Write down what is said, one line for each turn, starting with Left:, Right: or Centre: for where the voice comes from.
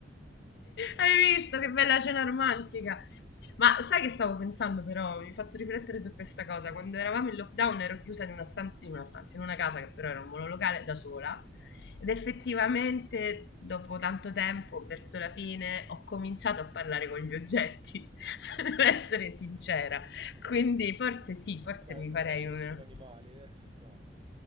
Right: Eh
Left: Hai
Right: sì.
Left: visto che bella cena romantica? Ma sai che stavo pensando però, mi hai fatto riflettere su questa cosa, quando eravamo in lockdown ero chiusa in una, stan- in una stanza, in una casa che però era un monolocale da sola ed effettivamente dopo tanto tempo, verso la fine, ho cominciato a parlare con gli oggetti, <laughs> se devo essere sincera,
Right: Sì.
Left: quindi forse sì, forse
Right: Eh, ma
Left: mi
Right: non
Left: farei
Right: avevi nessun
Left: una...
Right: animale? eh? No.